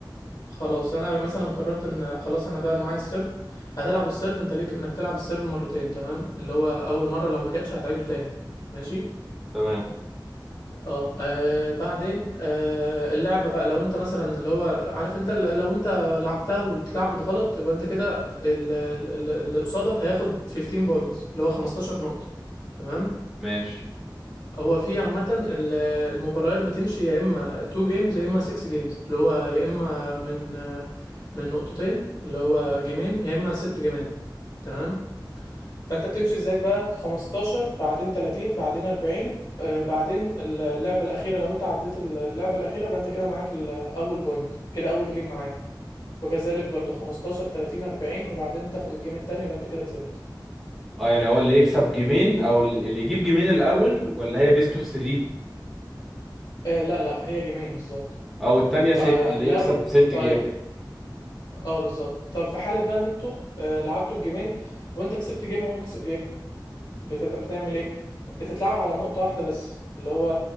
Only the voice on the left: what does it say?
خلاص انا مثلا قررت ان خلاص انا بقى معايا السيرف هتلعب السيرف انت ليك انك تلعب السيرف مرتين تمام اللي هو اول مره لو ما جاتش هتعيده تاني ماشي
اه آه، بعدين آه اللعبة بقى لو انت مثلا اللي هو عارف انت ال- لو انت لعبتها واتلعبت غلط يبقى انت كده ال- ال- ال- اللي قصادك هياخد 15 بوينتس اللي هو 15 نقطة تمام
هو في عامة ال- المباريات بتمشي يا اما 2 جيمز يا اما 6 جيمز اللي هو يا اما من آه، من نقطتين اللي هو جيمين يا اما ست جيمات تمام فانت بتمشي ازاي بقى 15 بعدين 30 بعدين 40 آه بعدين اللعبة الأخيرة لو انت عديت اللعبة الأخيرة يبقى انت كده معاك الأول بوينت كده أول جيم معاك وكذلك برضو 15 30 40 وبعدين تاخد الجيم التانية يبقى انت كده كسبت
آه لا لا هي جيمين بالظبط
آه
لو
طيب
اه بالظبط طب في حالة بقى ان انتوا آه لعبتوا الجيمين وانت كسبت جيم وهو كسب جيم بتت... بتعمل ايه بتتلعب على نقطة واحدة بس اللي هو